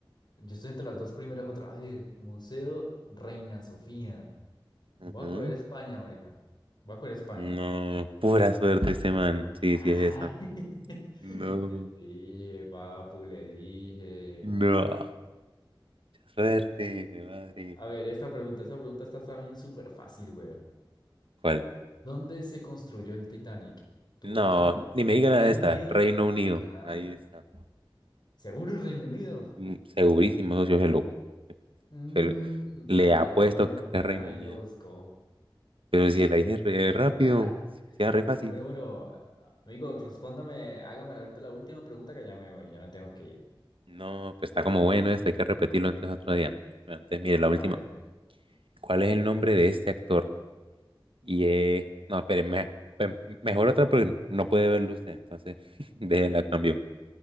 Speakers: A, on the left; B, on the right.
A: Yo estoy entre las dos primeras otra vez. Museo Reina Sofía. Voy
B: Ujú.
A: a coger España, marica. Voy a coger España.
B: No, pura suerte este man. Sí,
A: Ah,
B: sí es esa.
A: <laughs>
B: No,
A: le dije, papu, le dije.
B: no. Mucha suerte, mi madre.
A: A ver, esta pregunta, esta pregunta está también súper fácil, güey.
B: ¿Cuál?
A: ¿Dónde se construyó el Titanic? ¿Turquía,
B: No, ni me diga
A: Reino
B: la de esta.
A: Unido
B: Reino Unido.
A: o Canadá?
B: Ahí está.
A: Seguro el Reino Unido.
B: Mm, Segurísimo, socio, se lo,
A: Mm,
B: se-
A: no te
B: le
A: la miró,
B: apuesto
A: no te la miró,
B: que es
A: por
B: Reino
A: ahí
B: Unido.
A: la buscó.
B: Pero si la dije re rápido,
A: <laughs>
B: si si era re fácil.
A: Bueno, bueno, amigo, respóndame, hágame ahorita la última pregunta que ya me voy, ya me tengo que ir.
B: No, pues está como bueno esto, hay que repetirlo antes otro día. Bueno, entonces, mire, la última.
A: A ver.
B: ¿Cuál es el nombre de este actor? Y eh, no, pero mejor otra porque no puede verlo usted, entonces <laughs> déjela, cambio.